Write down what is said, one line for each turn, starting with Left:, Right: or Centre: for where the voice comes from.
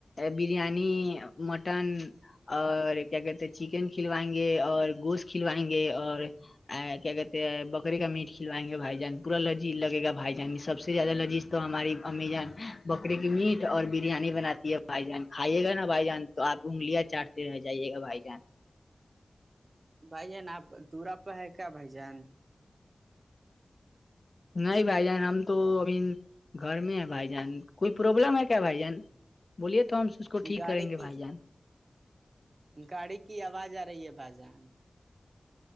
Left: بریانی مٹن اور کیا کہتے ہیں چکن کھلوائیں گے اور گوشت کھلوائیں گے اور کیا کہتے ہیں بکری کا میٹ کھوائیں گے بھائی جان پوراذیذ لگےا بھائی جان میں سب سے زیادہ لذیذ تو ہماری امی جان بکرے کی میٹ اور بریانی بناتی ہے بھائی جان کھائیے گا نا بھائی جان تو آپ انگلیاں چاٹتے رہ جائیے گا بھائی جان
Right: بھائی جان آپ دورا ہے کیا بھائی جان
Left: نہیں بھائی جان ہم تو ا گھر میں ہے بھائی جان کوئی پروبلم ہے کیا بھائی جان بولیے تو ہم اس کو ٹھیک
Right: گاڑی
Left: کریں گے
Right: کی
Left: بھائی جان
Right: گاڑی کی آواز آ رہی ہے بھائی جان